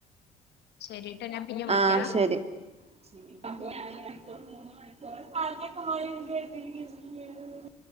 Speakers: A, on the left; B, on the right.
A: ശെരിട്ടോ ഞാൻ പിന്നെ വിളിക്കാം
B: ആഹ ശെരി <unintelligible>